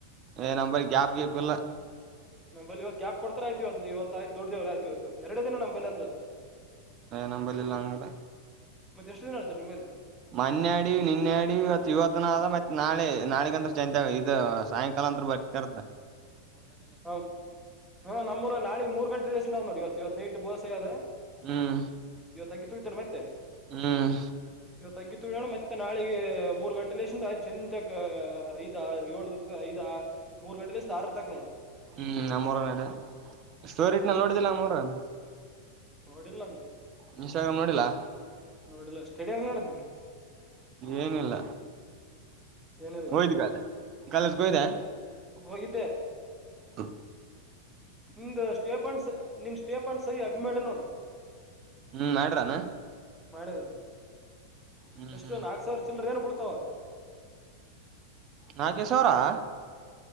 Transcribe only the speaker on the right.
ಏ ನಂಬರಿ ಗ್ಯಾಪ್ ಗಪ್ಲ್ಲ
ನಂಬಲಿಲ್ಲ <unintelligible> ಅಂಗಡೆ
ಮೊನ್ನೆ ಅಡಿ ನಿನ್ನೆಡಿ ಇವತ್ ಇವತ್ತ ನ ಆದ ಮತ್ತತ್ ನಾಳೆ ನಾಳಗಂದ್ರೆ ಇ ಸಾಯಂಕಾಲ. ಅಂದ್ರ ಬರ್ತಾರ್ದ.
ಹ್ಮ್
ಹ್ಮ್
ಹ್ಮ್ ನಮ್ಮರನ ಸ್ಟೋರಿಟ್ ನ ನೋಡಿದಲ್ಲ ನಮ್ಮರನ್.
ಇನ್ಸ್ಟಾಗ್ರಾಮ್ ನೋಡಿಲ್ಲಾ.
ಏನಿಲ್ಲ
ಒಯ್ದಗ ಅಾಲ <unintelligible> ಕಾಲೇಜಗಯ್ದ.
ಹ.
ಹ್ಮ್ <unintelligible> ಮಾಡ್ರಾನ.
ಹ್ಮ್
ಹ್ಮ್
ನಾಗೇಶ್ ಅವರ <unintelligible>